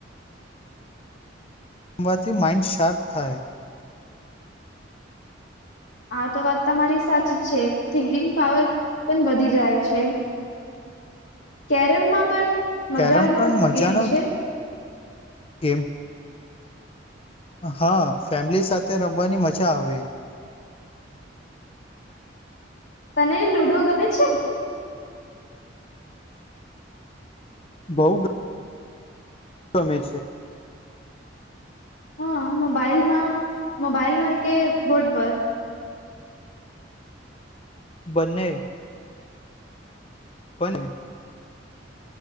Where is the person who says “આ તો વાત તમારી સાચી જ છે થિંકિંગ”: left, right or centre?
Left